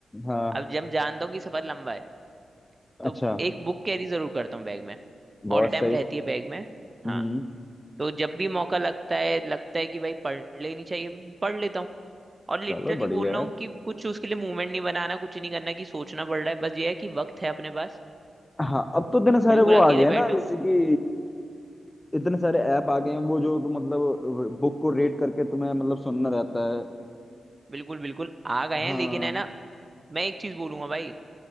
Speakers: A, on the left; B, on the right.
A: हाँ
B: अब जब जानता हूँ कि सफर लंबा है तो
A: अच्छा
B: एक बुक कैरी जरूर करता हूँ बैग में
A: बहुत
B: ऑल टाइम
A: सही
B: रहती है बैग में
A: हम्म
B: हाँ तो जब भी मौका लगता है लगता है कि भाई पढ़ लेनी चाहिए पढ़ लेता हूँ और लिटरली
A: चलो बढ़िया
B: बोल रहा
A: है
B: हूँ कि कुछ उसके लिए मूवमेंट नहीं बनाना कुछ नहीं करना कि सोचना पड़ रहा है बस ये है कि वक्त है अपने पास
A: हाँ अब तो इतने सारे
B: बिल्कुल
A: वो आ
B: अकेले
A: गए हैं ना
B: बैठो
A: जैसे कि इतने सारे ऐप आ गए हैं वो जो तुम मतलब बुक को रेट करके तुम्हें मतलब सुनना रहता है
B: बिल्कुल बिल्कुल आ गए हैं
A: हाँ
B: लेकिन है ना मैं एक चीज बोलूंगा भाई